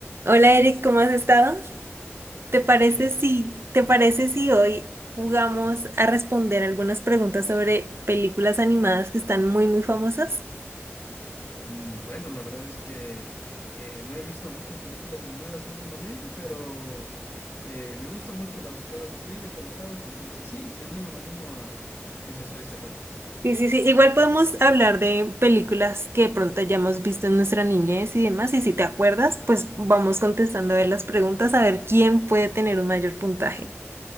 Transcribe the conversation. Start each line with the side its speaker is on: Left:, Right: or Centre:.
Right: Hola Eric, ¿cómo has estado? ¿Te parece
Left: Eh, vi-
Right: si, te parece si hoy jugamos a responder algunas preguntas sobre películas animadas que están muy, muy famosas?
Left: mm, bueno, la verdad es que eh, no he visto muchas películas animadas últimamente, pero eh, me gustan mucho los juegos de trivia, tú lo sabes, entonces sí, me animo, me animo a empezar este juego.
Right: Sí, sí, sí. Igual podemos hablar de películas que de pronto hayamos visto en nuestra niñez y demás. Y si te acuerdas, pues vamos contestando a ver las preguntas, a ver quién puede tener un mayor puntaje.